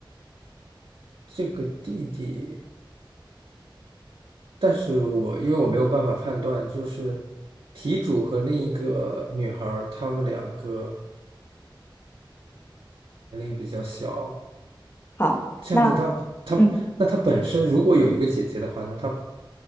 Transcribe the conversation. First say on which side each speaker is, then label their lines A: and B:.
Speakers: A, on the right; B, on the left.
A: 这个弟弟，但是我因为我没有办法判断，就是题主和另一个女孩儿，她们两个比较小，
B: 好，
A: 这样子她，
B: 那嗯，
A: 那她本身如果有一个姐姐的话，那她